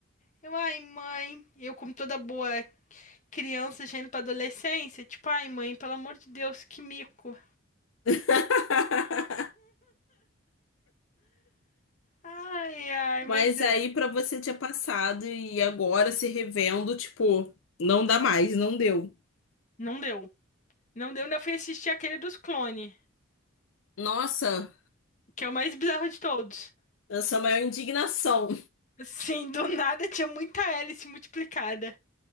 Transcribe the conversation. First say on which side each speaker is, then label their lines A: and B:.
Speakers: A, on the left (about 35°); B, on the left (about 65°).
A: Eu, ai, mãe, eu como toda boa criança já indo pra adolescência, tipo, ai, mãe, pelo amor de Deus, que mico.
B: <laughs>
A: Ai, ai, mas
B: Mas
A: é,
B: aí pra você tinha passado e agora se revendo, tipo, não dá mais, não deu.
A: não deu. Não deu, ainda fui assistir aquele dos clones,
B: Nossa,
A: que é o mais bizarro de todos.
B: essa é a maior indignação.
A: Sim, do nada tinha muita hélice multiplicada.